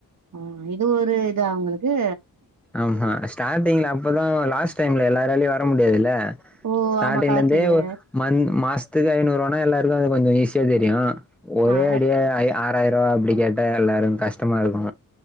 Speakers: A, on the right (about 55°); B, in the centre.
A: ஆ இது ஒரு இது உங்களுக்கு
B: ஆமா ஸ்டார்டிங்ல அப்பதா லாஸ்ட் டைம்ல எல்லாராலயு வர முடியாதுல்ல
A: ஓ
B: ஸ்டார்டிங்லந்தே
A: ஆமா காசு இல்ல
B: மந்த் மாசத்துக்கு ஐநூறுவனா எல்லாருக்கு அது கொஞ்சோ ஈஸியா தெரியு ஒரே
A: ஆ
B: அடியா ஐயா ஆறாயிர் ரூபா அப்டி கேட்டா எல்லாருக்கு கஷ்டமா இருக்கு